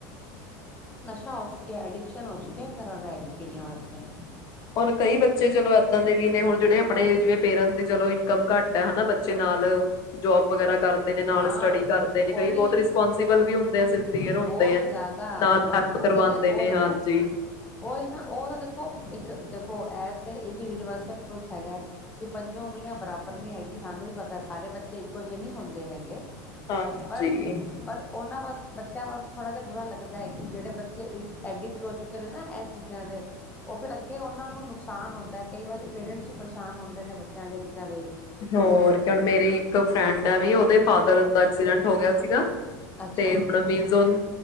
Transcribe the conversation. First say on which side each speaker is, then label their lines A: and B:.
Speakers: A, on the left (about 15°); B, on the left (about 45°).
A: ਅੱਛਾ ਹੋ ਚੁੱਕਿਆ ਅਡਿਕਸ਼ਨ ਹੋ ਚੁੱਕਿਆ ਘਰਾ ਦਾ ਐ ਵੀ ਕਈਆਂ ਵਾਸਤੇ।
B: ਔਰ ਕਈ ਬੱਚੇ ਚਲੋ ਏਦਾਂ ਦੇ ਵੀ ਨੇ ਹੁਣ ਜਿਹੜੇ ਆਪਣੇ ਜਿਵੇਂ ਪੇਰੈਂਟਸ ਦੀ ਚਲੋ ਇਨਕਮ ਘੱਟ ਹੈ, ਹਨਾ ਬੱਚੇ ਨਾਲ ਜੋਬ ਵਗੈਰਾ ਕਰਦੇ ਨੇ ਨਾਲ
A: ਹਾਂ
B: ਸਟੱਡੀ ਕਰਦੇ ਨੇ ਕਈ
A: ਉਹ ਵੀ
B: ਬਹੁਤ ਰਿਸਪੋਂਸੀਬਲ ਵੀ ਹੁੰਦੇ ਆ ਸਿੰਸੀਅਰ ਹੁੰਦੇ,
A: ਬਹੁਤ
B: ਆ
A: ਜ਼ਿਆਦਾ
B: ਨਾਲ
A: ਹਾਂ
B: ਹੈਲਪ
A: ਉਹ
B: ਕਰਵਾਦੇ
A: ਕਹਿੰਦੇ ਉਹ
B: ਨੇ
A: ਦੇਖੋ
B: ਹਾਂਜੀ,
A: ਉਹੀ ਨਾ ਉਹ ਤਾਂ ਦੇਖੋ ਇੱਕ ਦੇਖੋ ਇਹ ਤੇ ਇੱਕ ਯੂਨੀਵਰਸਲ ਟਰੁਥ ਹੈਗਾ, ਕਿ ਪੰਜੋਂ ਉਂਗਲੀਆਂ ਬਰਾਬਰ ਨੀ ਹੈਗੀ ਸਾਨੂੰ ਵੀ ਪਤਾ ਸਾਰੇ ਬੱਚੇ ਇੱਕੋ ਜਿਹੇ ਨਹੀਂ ਹੁੰਦ ਦੇ ਹੈਗੇ,
B: ਹਾਂਜੀ,
A: ਪਰ ਪਰ ਉਹਨਾਂ ਵਾਸ ਬੱਚਿਆਂ ਵਾਸਤੇ ਥੋੜ੍ਹਾ ਜਿਹਾ ਬੁਰਾ ਲੱਗਦਾ ਹੈ, ਕਿ ਜਿਹੜੇ ਬੱਚੇ ਐਡਿਕਟ ਹੋ ਚੁੱਕੇ ਨੇ ਨਾ ਇਹ ਚੀਜ਼ਾਂ ਦੇ ਉਹ ਫਿਰ ਅੱਗੇ ਉਹਨਾਂ ਨੂੰ ਨੁਕਸਾਨ ਹੁੰਦਾ ਕਈ ਵਾਰੀ ਪੇਰੈਂਟਸ ਵੀ ਪਰੇਸ਼ਾਨ ਹੁੰਦੇ ਨੇ ਬੱਚਿਆਂ ਦੀਆਂ ਚੀਜ਼ਾਂ ਵੇ
B: ਹੋਰ ਕਿਉ ਹੁਣ ਮੇਰੀ ਇੱਕ ਫਰੈਂਡ ਹੈ ਵੀ, ਉਦੇ ਫਾਦਰ ਦਾ ਐਕਸੀਡੈਂਟ ਹੋ ਗਿਆ ਸੀਗਾ।
A: ਅੱਛਾ
B: ਤੇ ਹੁਣ ਮੀਨਜ ਔਨੁੰ,